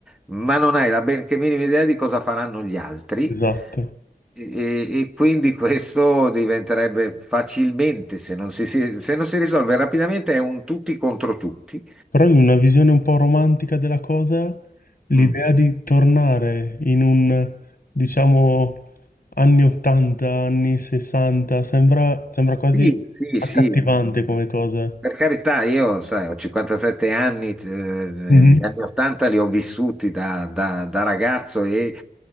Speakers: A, in the centre; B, on the left (about 65°).
A: ma non hai la benché minima idea di cosa faranno gli altri.
B: esatto.
A: E, e quindi <laughs> questo diventerebbe facilmente, se non si, si- se non si risolve rapidamente, è un tutti contro tutti.
B: Però in una visione un po' romantica della cosa, l'idea
A: Mm.
B: di tornare in un, diciamo, anni 80, anni 60, sembra, sembra quasi
A: Sì, sì,
B: accattivante
A: sì.
B: come cosa.
A: Per carità, io, sai, ho 57 anni, eh,
B: Mhm.
A: gli anni 80 li ho vissuti da, da- da ragazzo e